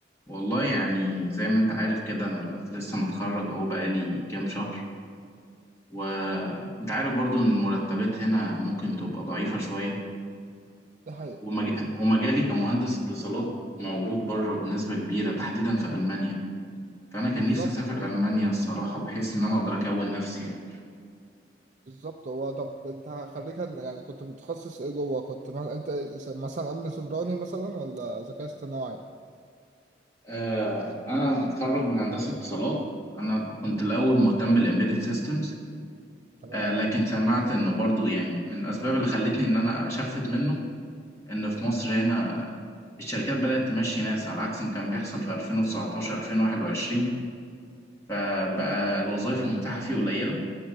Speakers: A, on the left; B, on the right.
A: والله يعني زي ما انت عارف كده انا لسه متخرج اهو بقالي كام شهر وانت عارف برضو ان المرتبات هنا ممكن تبقى ضعيفة شوية
B: ده حقيقي
A: ومج... ومجالي كمهندس اتصالات موجود بره بنسبة كبيرة تحديدا في ألمانيا فأنا كان
B: بالظبط
A: نفسي أسافر ألمانيا الصراحة بحيث إن أنا أقدر أكون نفسي يعني
B: بالظبط هو طب انت خريجها إن- يعني كنت متخصص ايه جوه كنت فاهم انت س- مثلا امن سيبراني مثلا ولا ذكاء اصطناعي
A: آه أنا متخرج من هندسة اتصالات أنا كنت الأول مهتم بالإمبيدد سيستمز
B: تمام
A: آه لكن سمعت إنه برضو يعني من الأسباب اللي خلتني إن أنا أشفت منه إن في مصر هنا الشركات بدأت تمشي ناس على عكس ما كان بيحصل في 2019 2021 فبقى الوظائف المتاحة فيه قليلة